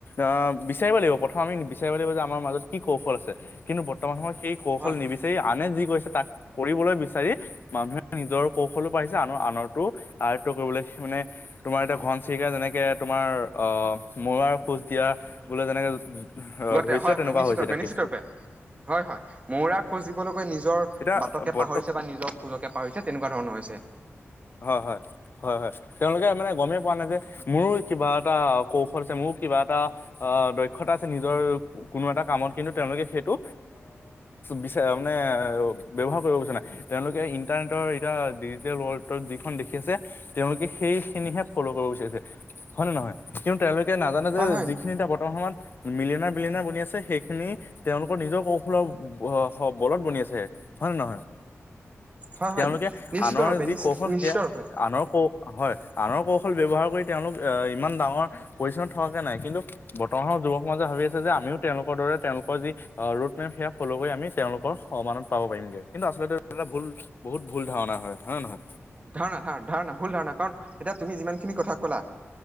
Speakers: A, on the left; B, on the right.
A: আহ বিচাৰিব লাগিব প্ৰথম আমি বিচাৰিব লাগিব যে আমাৰ মাজত কি কৌশল আছে কিন্তু বৰ্তমান সময়ত সেই কৌশল
B: হয় হয়
A: নিবিচাৰি আনে যি কৈছে তাক কৰিবলৈ বিচাৰি মানুহে নিজৰ কৌশলো পাৰিছে আনৰ আনৰতটো আয়ত্ব কৰিবলৈ মানে তোমাৰ এতিয়া ঘন চিৰিকাই যেনেকে তোমাৰ মৰাৰ খোজ দিয়া বোলে যেনেকে
B: গতে
A: ধৰিছিলে
B: হয়,
A: তেনেকুৱা
B: হয় নিশ্চিত
A: হৈছে
B: ৰূপে,
A: এতিয়া
B: নিশ্চিত
A: কেছটো।
B: ৰূপে হয় হয় মৌৰা খোজ দিবলৈকৈ নিজৰ
A: এতিয়া
B: বাটকে
A: বৰ্ত
B: পাহৰিছে বা নিজৰ খোজকে পাহৰিছে তেনেকুৱা ধৰণৰ হৈছে
A: হয়, হয়। হয়, হয় তেওঁলোকে মানে গমেই পোৱা নাই যে মোৰো কিবা এটা কৌশল আছে মোৰ কিবা এটা অ', দক্ষতা আছে নিজৰ কোনো এটা কামত কিন্তু তেওঁলোকে সেইটো বিচাৰে মানে ব্যৱহাৰ কৰিব বিচৰা নাই। তেওঁলোকে ইণ্টাৰনেটৰ এতিয়া ডিজিটেল ৱৰ্ল্ডত যিখন দেখি আছে তেওঁলোকে সেইখিনিহে ফল' কৰিব বিচাৰিছে হয় নে নহয়। কিন্তু তেওঁলোকে নাজানে যে
B: হয় হয়
A: যিখিনি এটা বৰ্তমান সময়ত মিলিনাৰ বিলিনাৰ বনি আছে সেইখিনি তেওঁলোকৰ নিজৰ ক ফুলৰ বলত বনি আছে হয় নে নহয়।
B: হয়
A: তেওঁলোকে
B: হয় নিশ্চিত
A: আনৰ
B: ৰূপে
A: যি
B: নিশ্চিত
A: কৌশল
B: নিশ্চিত
A: সেয়া
B: ৰূপে
A: আনৰ কৌশ হয় আনৰ কৌশল ব্যৱহাৰ কৰি তেওঁলোক ইমান ডাঙৰ পজিচনত থকাকে নাই কিন্তু বৰ্তমানৰ যুৱক সমাজে ভাবি আছে যে আমিও তেওঁলোকৰ দৰে তেওঁলোকৰ যি ৰোট সেয়া ফল' কৰি আমি তেওঁলোকৰ সমানত পাব পাৰিমগে কিন্তু আচলতে এটা ভুল বহুত ভুল ধাৰণা হয় নে নহয়।
B: ধাৰণা ধাৰণা ধাৰণা ভুল ধাৰণা কাৰণ এতিয়া তুমি যিমানখিনি কথা ক'লা